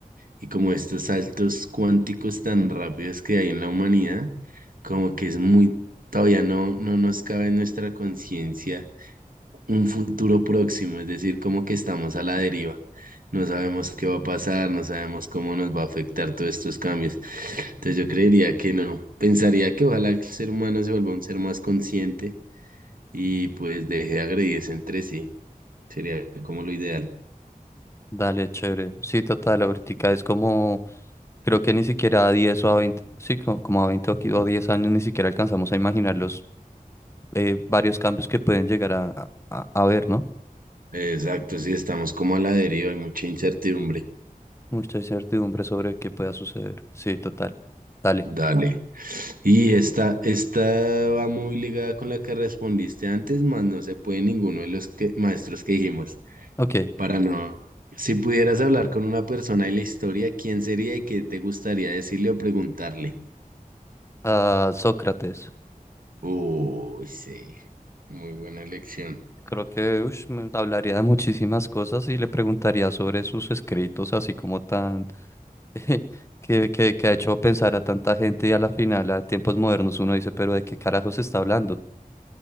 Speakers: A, on the right (about 70°); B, on the left (about 20°).
A: y como estos saltos cuánticos tan rápidos que hay en la humanidad, como que es muy, todavía no, no nos cabe en nuestra conciencia. un futuro próximo, es decir, como que estamos a la deriva. No sabemos qué va a pasar, no sabemos cómo nos va a afectar todos estos cambios. Entonces yo creería que no. Pensaría que ojalá el ser humano se vuelva un ser más consciente y pues deje de agredirse entre sí. Sería como lo ideal.
B: dale, chévere. Sí, total, ahorita es como, creo que ni siquiera a 10 o a 20 sí, co- como, a 20 o qui- o 10 años ni siquiera alcanzamos a imaginar los eh, varios cambios que pueden llegar a, a, a ver, ¿no?
A: Exacto, sí, estamos como a la deriva, hay mucha incertidumbre.
B: Mucha incertidumbre sobre qué pueda suceder. Sí, total. Dale.
A: Dale. Y esta, esta va muy ligada con la que respondiste antes, más no se puede ninguno de los que, maestros que dijimos.
B: Ok.
A: Para no. Si pudieras hablar con una persona de la historia, ¿quién sería y qué te gustaría decirle o preguntarle?
B: Ah, Sócrates.
A: Uy, sí, muy buena elección.
B: Creo que ush, me hablaría de muchísimas cosas y le preguntaría sobre sus escritos, así como tan... <laughs> que, que, que ha hecho pensar a tanta gente y a la final, a tiempos modernos, uno dice, pero ¿de qué carajo se está hablando?